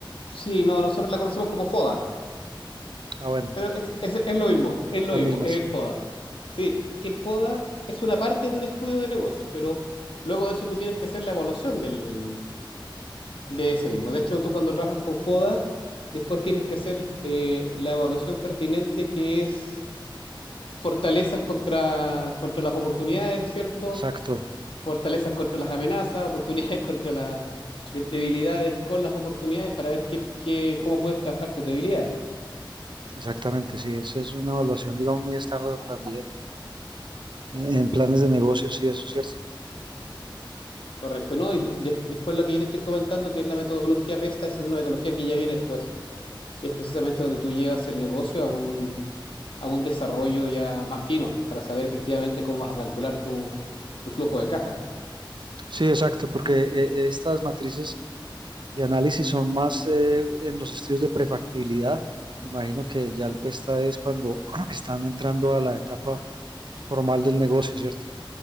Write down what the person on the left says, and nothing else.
Sí, no, nosotros la conocemos como FODA,
pero es, es, es lo mismo, es
lo
mismo,
es
el FODA. Sí, es que el FODA es una parte de un estudio de negocio, pero luego de eso tú tienes que hacer la evaluación del, de ese mismo. De hecho, tú cuando trabajas con FODA, después tienes que hacer eh, la evaluación pertinente que es fortalezas contra, contra las oportunidades, ¿cierto?
fortalezas contra las amenazas, oportunidades <laughs> contra las debilidades con las oportunidades para ver qué, qué- cómo puedes trabajar tus debilidades.
Correcto, ¿no? Y de- de- después lo que yo te estoy comentando, que es la metodología PESTA, es una metodología que ya viene después, que es precisamente donde tú llevas el negocio a un, a un desarrollo ya más fino para saber efectivamente cómo vas a calcular tu, tu flujo de caja.